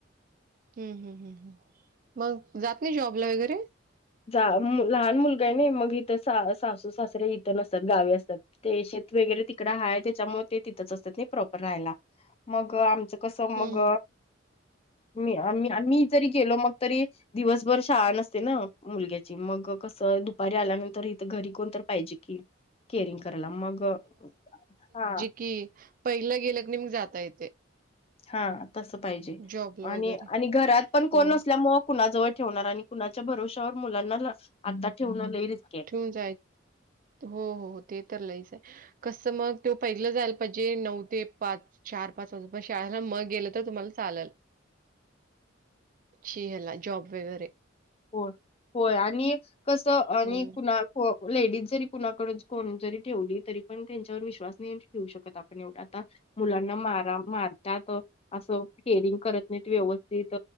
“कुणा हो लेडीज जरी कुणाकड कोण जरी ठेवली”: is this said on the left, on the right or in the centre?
Left